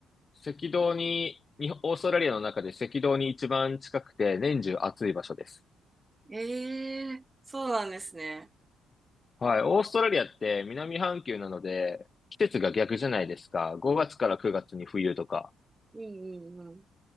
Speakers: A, on the left; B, on the right.
A: 赤道に、日本オーストラリアの中で赤道に一番近くて年中暑い場所です。
B: えー、そうなんですね。
A: はい。オーストラリアって南半球なので、季節が逆じゃないですか。5月から9月に冬とか
B: うんうんうん。